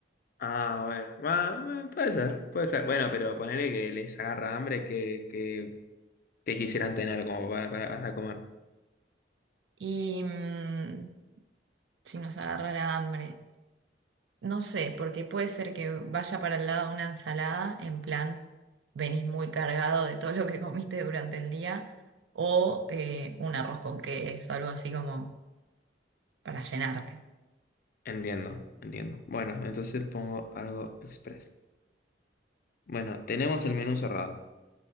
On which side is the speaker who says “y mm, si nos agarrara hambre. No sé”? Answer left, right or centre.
Right